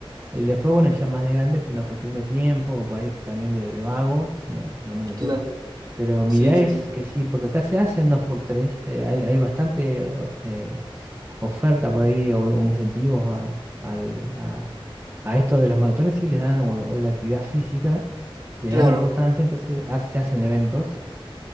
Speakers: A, on the right; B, on the right.
A: Y Después, bueno, ya más de grande, por una cuestión de tiempo, o por ahí también de, de vago, no, no me anoté.
B: Claro,
A: Pero mi
B: sí,
A: idea
B: sí,
A: es
B: sí.
A: que sí, porque acá se hacen dos por tres, eh, hay, hay bastante eh, o- eh, oferta por ahí o, o incentivos a, al- a- a esto de las maratones, sí les dan, o, o de la actividad física, le
B: Claro.
A: dan importancia, entonces ha- se hacen eventos